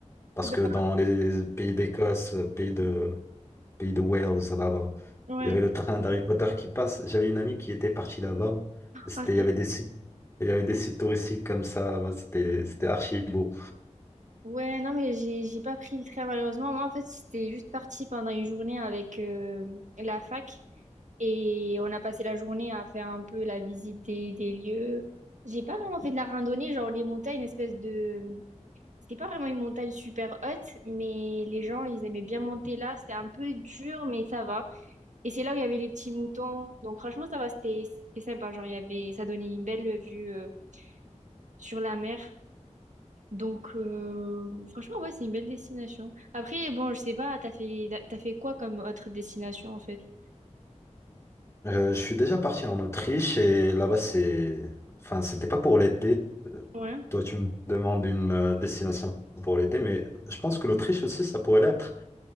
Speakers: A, on the left; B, on the right.
A: Parce
B: Ben,
A: que dans les pays d'Écosse, euh, pays de, pays de Wales, là-bas,
B: Ouais.
A: il y avait le train d'Harry Potter qui passe. J'avais une amie qui était partie là-bas. C'était,
B: Ah,
A: il
B: c'est-
A: y avait des sites, il y avait des sites touristiques comme ça là-bas. C'était, c'était archi beau.
B: Ouais, non, mais j'ai j'ai pas pris le train malheureusement. Moi, en fait, c'était juste parti pendant une journée avec euh, la fac et on a passé la journée à faire un peu la visite des, des lieux. J'ai pas vraiment fait de la randonnée, genre les montagnes, une espèce de... C'était pas vraiment une montagne super haute, mais les gens, ils aimaient bien monter là. C'était un peu dur, mais ça va. Et c'est là où il y avait les petits moutons. Donc franchement, ça va, c'était c'était sympa. Genre, il y avait... ça donnait une belle vue euh, sur la mer. Donc, euh, franchement, ouais, c'est une belle destination. Après, bon, je sais pas, t'as fait, t'as fait quoi comme autre destination, en fait?
A: Euh, je suis déjà parti en Autriche et là-bas, c'est... Enfin, c'était pas pour l'été. Euh,
B: Ouais.
A: Toi, tu me demandes une euh, destination pour l'été, mais je pense que l'Autriche aussi, ça pourrait l'être.